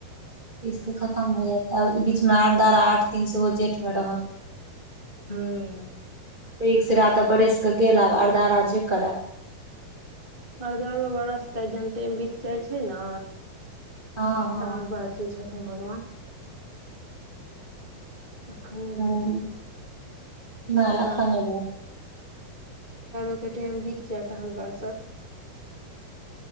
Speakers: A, on the right (about 30°); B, on the left (about 30°).
A: ईसके खतम भऽ जायत आ ई बीचमे आर दारा आठ तीन सेहो जेठमे रहत।
B: हूं।
A: <unintelligible> तऽ बरस कऽ गेल आर दरा जे करै।
B: अरदरो मे बरस तऽ जहन टाइम बीत जाइत छै ने
A: हँ
B: तहन बरसै छथिन भगवान एखन नहि
A: हँ
B: बरसै छथिन
A: नहि
B: अरदारा
A: एखन
B: अनेरो
A: नहि भेल।
B: के टाइम बीत जायत तब बरसत